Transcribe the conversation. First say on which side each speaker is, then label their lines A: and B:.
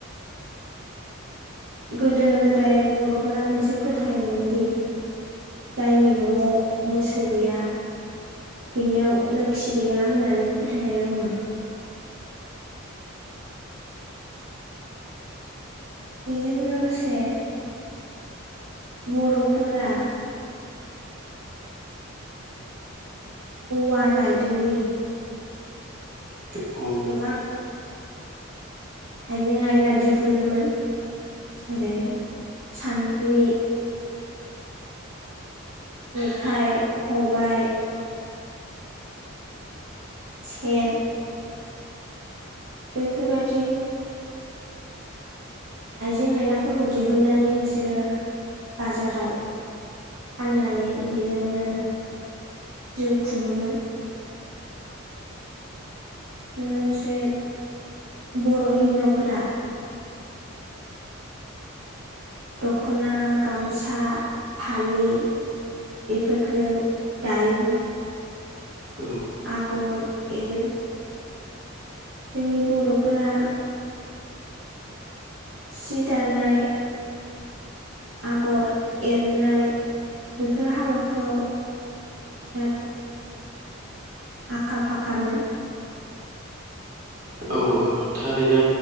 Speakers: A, on the right; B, on the right.
A: गोदो गोदाय बर'फोरा मोनसे फोथायोमोन दि जायनि न'आव मोसौ गैया बिनियाव लोखि गैया होननानै फोथायनाय दंमोन। बेजों लोगोसे बर'फोरा औवा राइदोंनि
B: औ
A: गोबां आइजें आइला दिहुनोमोन जेरै सानद्रि जेखाइ खबाय सेन बैफोरबायदि आइजें आइलाफोरखौ दिहुननानै बिसोरो बाजाराव फाननानै बेजोंनो जिउ खुंङोमोन। लोगोसे बर' हिनजावफोरा। दख'ना, गामसा, फालि बेफोरखौ दायो।
B: औ।
A: आगर एरो। जोंनि बर'फोरा सि दानाय आगर एरनाय बेैफोर हाबाफ्राव बिराद आखा फाखामोन।
B: औ औ थारैनो